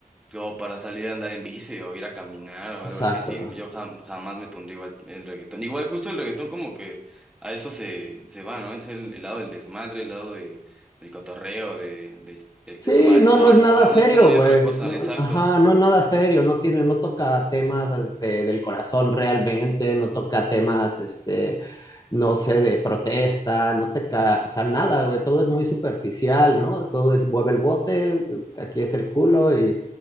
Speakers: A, in the centre; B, on the left (about 25°).
A: O para salir a andar en bici o ir a caminar o
B: Exacto.
A: algo así, sí, yo jam- jamás me pondría igual el reggaetón. Igual justo el reggaetón como que a eso se, se va, ¿no? Es el, el lado del desmadre, el lado de, del cotorreo, de, de, de,
B: Sí,
A: de tomar alcohol,
B: no, no es nada
A: ¿no?
B: serio,
A: Eso no hay
B: güey.
A: otra cosa,
B: No,
A: exacto.
B: ajá, no es nada serio, no tiene, no toca temas este, del corazón realmente, no toca temas, este, no sé, de protesta, no toca, o sea, nada, güey, todo es muy superficial, ¿no? Todo es mueve el bote, aquí está el culo y,